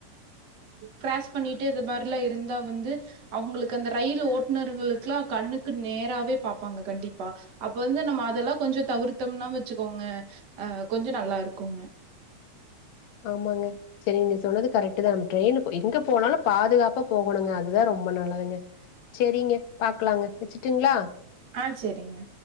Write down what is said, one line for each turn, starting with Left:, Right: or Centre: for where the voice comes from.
Right: கிராஸ் பண்ணிட்டு இந்த மாதிரிலா இருந்தா வந்து அவங்களுக்கு அந்த ரயில் ஓட்டுநர்ங்களுக்கு கண்ணுக்கு நேராவவே பார்ப்பாங்க கண்டிப்பா அப்ப வந்து நம்ம அதெல்லா கொஞ்சம் தவிர்த்தோம்னா வச்சுக்கோங்க ஆ கொஞ்சம் நல்லா இருக்குங்க
Left: ஆமாங்க சரி நீங்க சொன்னது கரெக்ட் தான் நம்ம ட்ரெயின் எங்க போனாலும் பாதுகாப்பா போகணுங்க அதுதான் ரொம்ப ரொம்ப நல்லதுங்க சரிங்க பாக்கலாங்க வச்சுட்டுங்களா
Right: ஆ சரிங்க